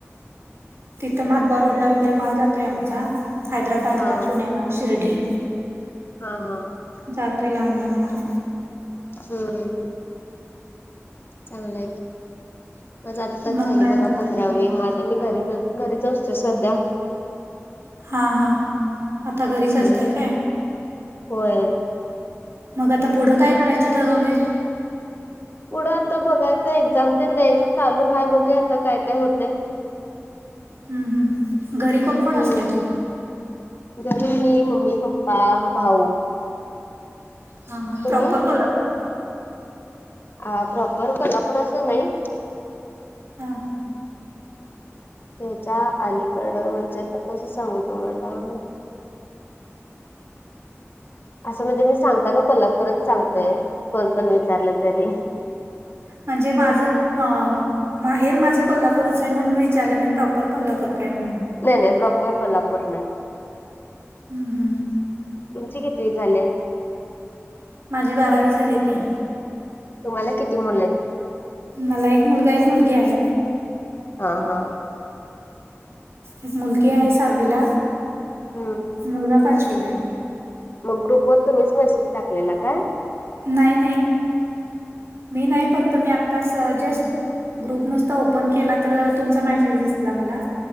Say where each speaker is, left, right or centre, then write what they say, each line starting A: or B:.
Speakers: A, on the right (about 60°); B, on the left (about 45°).
A: तिथं माधबा रोडला वगैरे माल जातोय आमचा. हैदराबादला,
B: हा
A: पुण्याला, शिर्डी
B: हा हा
A: जातोय लांब लांब माल.
B: हम्म हम्म चांगलं आहे की, माझं आताच
A: मग
B: झाली
A: काय
B: बघा
A: म्हणताय
B: पंधरावी,
A: आणि?
B: मग आता मी घरीच अ घरीच असतोय सध्या.
A: हा हा, आता घरीच
B: हम्म
A: असताय काय?
B: होय.
A: मग आता पुढं काय? करायचं ठरवलंय.
B: पुढं आता बघायच. एक्झाम ते द्यायच चालू हाय. बघुया आता काय काय होतय.
A: हम्म हम्म. घरी कोण कोण
B: हम्म
A: असताय तुम्ही?
B: घरी, मी, मम्मी, पप्पा, भाऊ.
A: हा ह.
B: तुम्ही
A: प्रॉपर कोल्हापूर.
B: आ, प्रॉपर कोल्हापुर अस नाही.
A: हा
B: त्याच्या अलीकड. म्हणजे आता कसं सांगू तुम्हाला? असं म्हणजे मी सांगता ना कोल्हापूरात सांगतोय. कोण पण विचारलं तरी.
A: म्हणजे माझं. म माहेर माझं कोल्हापूरच आहे. म्हणून विचारलं मी. प्रॉपर कोल्हापूर काय म्हणून.
B: नाही नाही. प्रॉपर कोल्हापूर नाही.
A: हम्म हम्म.
B: तुमची किती झाले?
A: माझी बारावी झालीय की.
B: तुम्हाला किती मुलंयेत.
A: मला एक मुलगा. एक मुलगी आहे.
B: हा हा.
A: एक मुलगी आहे साहावीला.
B: हम्म.
A: मुलगा पाचवीलाय.
B: मग, ग्रुप वर तुम्हीच मेसेज टाकलेला काय?
A: नाही नाही. मी नाही. फक्त मी आत्ताच जस्ट ग्रुप नुसता ओपन केला. तर तुमचा मेसेज दिसला मला.